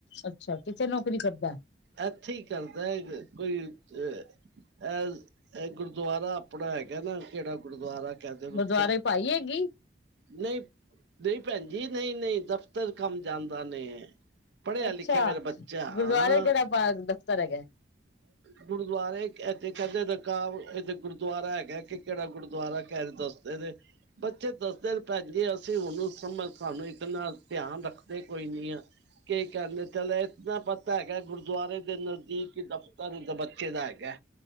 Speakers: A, on the left (about 75°); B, on the right (about 70°).
A: ਅੱਛਾ ਕਿੱਥੇ ਨੌਕਰੀ ਕਰਦਾ?
B: ਇੱਥੇ ਹੀ ਕਰਦਾ ਕੋਈ ਇਹ ਇਹ ਗੁਰਦੁਆਰਾ ਆਪਣਾ ਹੈਗਾ ਨਾ ਕਿਹੜਾ ਗੁਰਦੁਆਰਾ ਕਹਿੰਦੇ ਨੇ
A: ਦੁਆਰੇ ਪਾਈ ਏ ਕਿ-
B: ਨਹੀਂ ਨਹੀਂ ਪੈਣਜੀ ਨਹੀਂ-ਨਹੀਂ ਦਫ਼ਤਰ ਕੰਮ ਜਾਂਦਾ ਨੇ। ਪੜ੍ਹਿਆ
A: ਅੱਛਾ।
B: ਲਿਖਿਆ ਮੇਰਾ ਬੱਚਾ ਹਾਂ।
A: ਗੁਰਦੁਆਰੇ ਕਿਹੜਾ ਪਾ ਦਫ਼ਤਰ ਹੈਗਾ?
B: ਗੁਰਦੁਆਰੇ ਇੱਥੇ ਕਹਿੰਦੇ ਇੱਥੇ ਗੁਰਦੁਆਰਾ ਹੈਗਾ ਕਿ ਕਿਹੜਾ ਗੁਰਦੁਆਰਾ ਕਹਿ ਰਹੇ ਦੱਸ ਨਹੀ-ਨਹੀ। ਬੱਚੇ ਦੱਸਦੇ ਪੈਣਜੀਏ ਅਸੀਂ ਹਨੂੰ ਸਾਨੂੰ ਇੱਤਨਾ ਧਿਆਨ ਰੱਖਦੇ ਕੋਈ ਨੀ ਆ। ਕੀ ਕਹਿੰਦੇ ਚੱਲ ਇਨਾ ਪਤਾ ਹੈਗਾ ਗੁਰਦੁਆਰੇ ਦੇ ਨਜ਼ਦੀਕ ਦਫ਼ਤਰ ਬੱਚੇ ਦਾ ਹੈਗਾ।